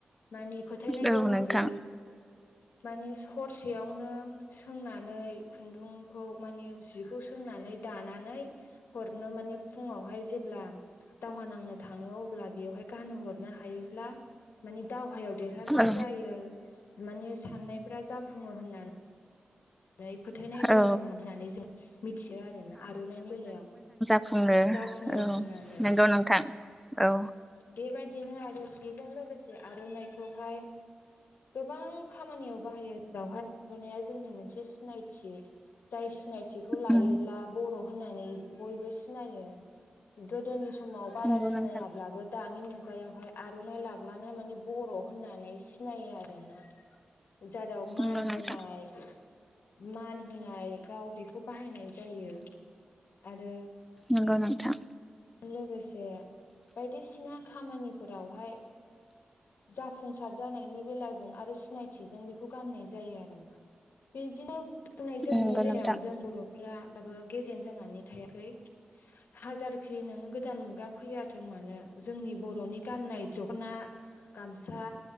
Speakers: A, on the left (about 80°); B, in the centre.
A: मानि फोथायनाय
B: औ
A: दङदि
B: नोंथां
A: माने हरसेयावनो सोंनानै खुन्दुंखौ माने जिखौ सोंनानै दानानै हरनो माने फुङावहाय जेब्ला दावहा नांनो थाङो अब्ला बेवहाय गानो हरनो हायोब्ला मानि दावहायाव देरहासार
B: औ
A: जायो माने साननायफोरा जाफुङो होननानै हाय फोथायनाय दङ
B: औ
A: होननानै जों मिथियो आरोना आर'नाइनि बेलायाव।
B: बुङो
A: जाफुङो
B: औ
A: होननानै
B: नंगौ नोंथां औ।
A: बेबायदिनो आरो बेजों लोगोसे आर'नाइखौहाय गोबां खामानियाव बाहायो जेरावहाय आर'नाइया जोंनि मोनसे से सिनायथि जाय सिनायथिखौ लायोब्ला
B: उम
A: बर' होननानै बयबो सिनायो गोदोनि समाव बारा
B: नंगौ
A: सिनायाब्लाबो
B: नोंथां
A: दानि मुगायावहाय आर'नाइ लाब्लानो माने बर' होननानै सिनायो आरोना। जेराव मान
B: नंगौ नोंथां
A: होनाय मान होनाय गाव बेखौ बाहायनाय जायो आरो
B: नंगौ नोंथां
A: जों लोगोसे बायदिसिना खामानिफोरावहाय जाफुंसार जानायनि बेलाजों आरो सिनायथिजों बेखौ गाननाय जायो आरो। बिब्दिनो गाननाय जोमनायनि
B: नंगौ
A: बेलायाव
B: नोंथां
A: जों बर'फोरा दाबो गेजेन जानानै थायाखै हाजार खि नोङो गोदान मुगा फैयाथों मानो जोंनि बर'नि गाननाय दखना गामसा